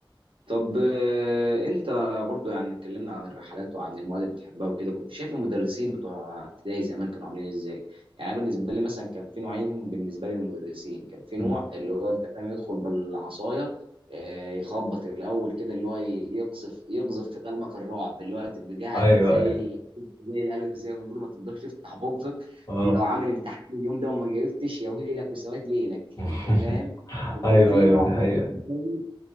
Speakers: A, on the right (about 70°); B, on the left (about 45°).
A: طب آه، انت برضو يعني اتكلمنا عن الرحلات وعن المواد اللي بتحبها وكده كنت شايف المدرسين بتوع ابتدائي زمان كانوا عاملين ازاي يعني أنا بالنسبه لي مثلا كان في نوعين بالنسبه لي للمدرسين كان في
B: مم.
A: نوع اللي هو انت فاهم يدخل بالعصايه آه، يخبط الاول كده اللي هو ي- يقذف يقذف في قلبك الرعب اللي هو تبقى قاعد
B: ايوه
A: زي
B: ايوه
A: ال- زي الالف زي ما بيقولوا ما تقدرش تفتح بقك
B: اه
A: ولو عامل امتحان اليوم ده وما جاوبتش يا ويلك وسواد ليلك <laughs>
B: <laughs>
A: انت فاهم وكان
B: ايوه
A: في
B: ايوه
A: نوع
B: دي حقيقه
A: بصراحه